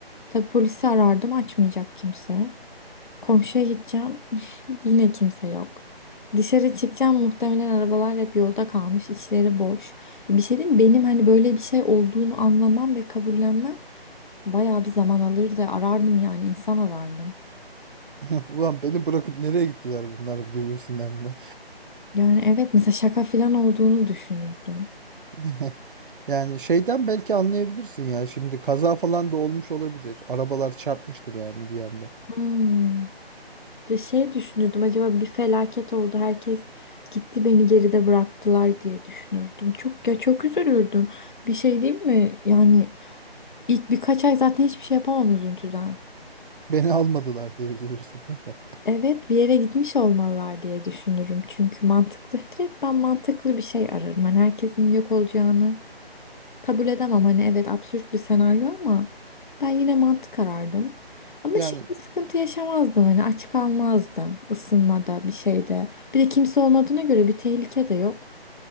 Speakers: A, on the left; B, on the right.
A: Tabii polisi arardım açmayacak kimse. Komşuya gideceğim. Yine kimse yok. Dışarı çıkacağım muhtemelen arabalar hep yolda kalmış, içleri boş. Ya bir şey diyeyim mi? Benim hani böyle bir şey olduğunu anlamam ve kabullenmem bayağı bir zaman alırdı. Arardım yani insan arardım.
B: <laughs> Ulan beni bırakıp nereye gittiler bunlar gibisinden
A: Yani evet mesela şaka falan olduğunu düşünürdüm.
B: <laughs> Yani şeyden belki anlayabilirsin ya. Şimdi kaza falan da olmuş olabilir. Arabalar çarpmıştır yani bir anda. <laughs>
A: Hmm. Ya şey düşünürdüm acaba bir felaket oldu herkes gitti beni geride bıraktılar diye düşünürdüm. Çok ya çok üzülürdüm. Bir şey değil mi? Yani ilk birkaç ay zaten hiçbir şey yapamam üzüntüden.
B: Beni almadılar diye üzülürsün değil mi?
A: Evet bir yere gitmiş olmalılar diye düşünürüm. Çünkü mantıklı. Direkt ben mantıklı bir şey ararım. Hani herkesin yok olacağını kabul edemem. Hani evet absürt bir senaryo ama ben yine mantık arardım. Ama
B: Yani
A: şey bir sıkıntı yaşamazdım. Hani aç kalmazdım ısınmada bir şeyde. Bir de kimse olmadığına göre bir tehlike de yok.